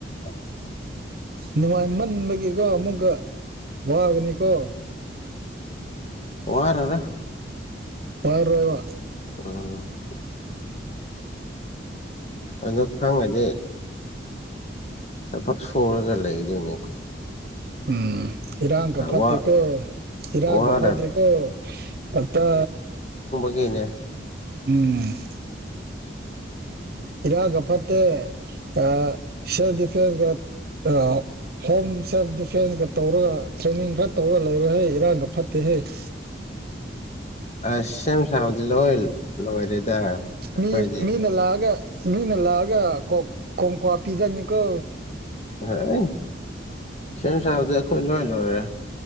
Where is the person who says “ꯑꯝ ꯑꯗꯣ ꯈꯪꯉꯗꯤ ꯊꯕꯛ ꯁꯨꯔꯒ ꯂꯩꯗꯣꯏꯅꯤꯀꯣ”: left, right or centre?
Left